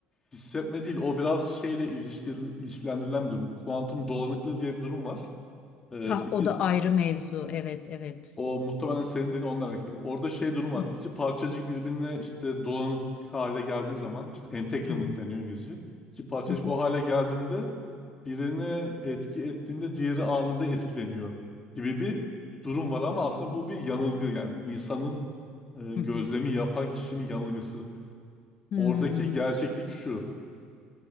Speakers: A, on the left; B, on the left.
A: hissetme değil. O biraz şeyle ilişki, ilişkilendirilen bir durum. Kuantum dolanıklığı diye bir durum var. Ee,
B: ha
A: iki
B: o da ayrı mevzu. Evet, evet.
A: O muhtemelen senin dediğin onunla alakalı. Orada şey durum var.
B: Hı
A: İki parçacık birbirine işte dolanık hale geldiği zaman işte entanglement
B: hı
A: deniyor İngilizce. İki parçacık
B: hı hı
A: o hale geldiğinde birine etki ettiğinde diğeri anında etkileniyor gibi bir durum var ama aslında bu bir yanılgı yani insanın e,
B: hı
A: gözlemi
B: hı.
A: yapan kişinin yanılgısı.
B: Hmm,
A: Oradaki gerçeklik şu.